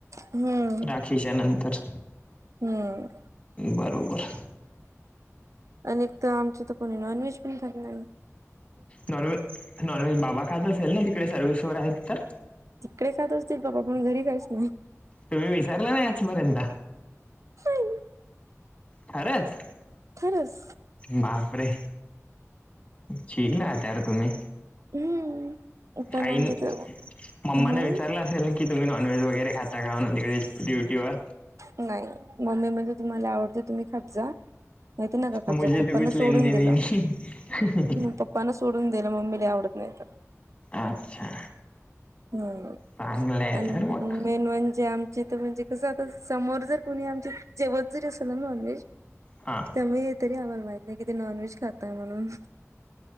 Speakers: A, on the right (about 75°); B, on the left (about 30°).
A: हम्म
B: राखीच्या नंतर
A: हम्म
B: बरोबर
A: अणि कतर आमची तर कोणी नॉनव्हेज पण खात नायी
B: नॉन व्हेज, नॉनव्हेज बाबा खात असेल ना तिकडे सर्विस वर आहेत तर
A: तिकडे खात असतील बाबा पण घरी काहीच नायी.
B: तुम्ही विचारला नाही आजपर्यंत,
A: नाही
B: खरच?
A: खरच
B: बापरे! चील राहता यार तर तुम्ही
A: हम्म पण
B: आईन,
A: आमच्या इथे
B: मम्माने
A: हम्म
B: विचारला म्हणली की तुम्ही नॉनव्हेज वगैरे खाता काय नॉनव्हेज ड्युटीवर?
A: नायी, मम्मी म्हणली तुम्हाला आवडते तुम्ही खात जा नाहीत नका खात
B: मुझे
A: जाऊ मग
B: तो
A: पप्पना
B: कुछ लेने
A: सोडून
B: देने
A: दिल,
B: नहीं
A: मग पप्पान सोडून दिल मग मम्मीला आवडत नायी त
B: अच्छा
A: ह,
B: चांगलं आहे
A: आणि
B: तर मग
A: मेन म्हणजे आमची कस आता समोर जर कोणी आमचे जेवत जरी असेल ना नॉनव्हेज
B: हा
A: त्यामुळे तरी आम्हाला माहित नायी कि ते नॉनव्हेज खाताय म्हणून